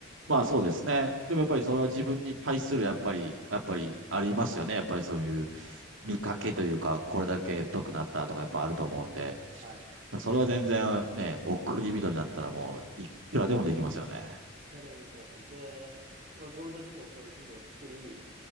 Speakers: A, on the right; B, on the right.
A: まあそうですね。でもやっぱりそれは自分に対するやっぱり、やっぱりありますよね。やっぱりそういう見かけというか、これだけ太くなったとかやっぱあると思うんで、
B: はい。はい。
A: それは全然ね、送り人になったらもういくらでもできますよね。
B: いくらでもできます。で、まあゴールドジムを超えるジムを作り、